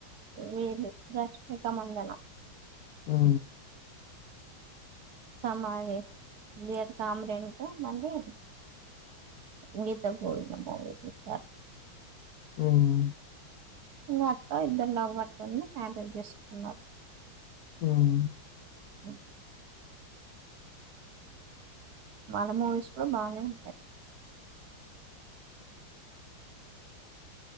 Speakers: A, on the right (about 60°); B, on the left (about 70°).
A: వీరు రష్మిక మందన
B: మ్
A: సమాధి, డియర్ కామ్రెంట్, మళ్ళీ గీత గోవిందం మూవీ తీసార్.
B: ఉమ్
A: ఇంగ అట్టా ఇద్దరులవ్ అట్టన్నా హ్యాండల్ చేసుకున్నారు
B: హుం
A: అ వాళ్ళ మూవీస్ కూడా బాగానే ఉంటాయి